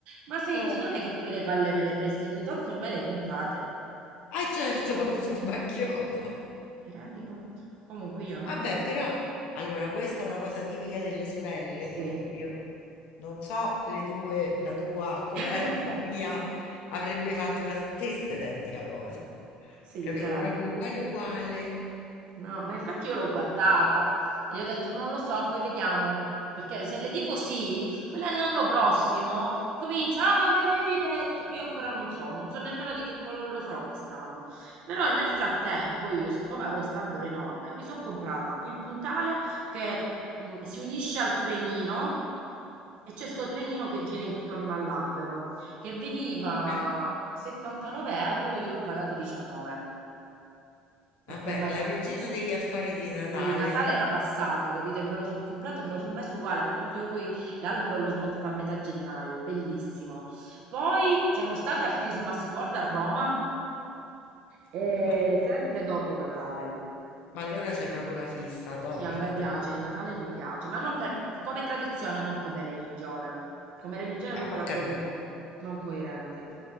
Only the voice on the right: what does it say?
Ma senti,
non è che poi le palle me le presti tu, tanto ormai le comprate.
Ti rendi conto? Comunque io non
contenta.
Sì.
<laughs>
Sì,
certo.
No, ma infatti io l'ho guardata e gli ho detto non lo so, poi vediamo. Perché se le dico sì, poi l'anno prossimo comincia, ah, ma mi avevi detto. Io ancora non so, non so nemmeno di che colore lo farò quest'anno. Però nel frattempo io, siccome avevo st'albero enorme, mi sono comprata il puntale che mh, si unisce al trenino e c'è sto trenino che gira intorno all'albero, che veniva
79 euro, io l'ho pagato 19, perché
ormai
sì, Natale era passato, capito? E me lo sono comprato e me lo sono messo uguale, perché tanto io poi l'albero l'ho smontato a metà gennaio, bellissimo. Poi siamo state al Christmas World a Roma, e
sempre dopo Natale.
Sì, a me piace,
il Natale mi piace, ma non per- come tradizione, non come religione. Come religione proprio
la
trovo non coerente.